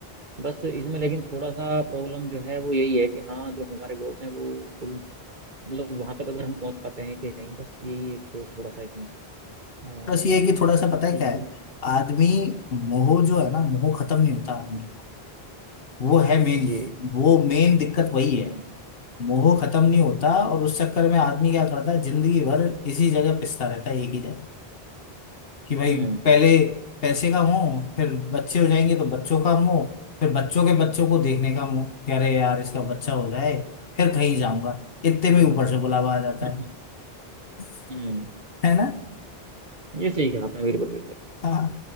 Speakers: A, on the right (about 50°); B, on the left (about 65°).
A: बस इसमें लेकिन थोड़ा सा प्रॉब्लम जो है वो यही है कि हाँ जो हमारे गोल्स हैं वो फुल मतलब वहां तक अगर हम पहुंच पाते हैं कि नहीं बस यही एक थोड़ा सा इसमें अ,
B: बस
A: मैं कहूँगा
B: ये है कि थोड़ा सा पता है क्या
A: इशू
B: है आदमी मोह जो है ना मोह खत्म नहीं होता आदमी वो है मेन
A: जी
B: वो मेन दिक्कत वही है
A: हम्म
B: मोह खत्म नहीं होता और उस चक्कर में आदमी क्या करता है जिंदगी भर इसी जगह पिसता रहता है एक ही जगह कि भाई
A: हम्म
B: पहले पैसे का मोह फिर बच्चे हो जाएंगे तो बच्चों का मोह फिर बच्चों के बच्चों को देखने का मोह कह रहे यार इसका बच्चा हो जाए फिर कहीं जाऊंगा इतने
A: बस
B: में ऊपर से बुलावा आ जाता
A: <laughs>
B: है <laughs>
A: हम्म
B: है ना
A: ये सही कहा आपने बिल्कुल बिल्कुल
B: हाँ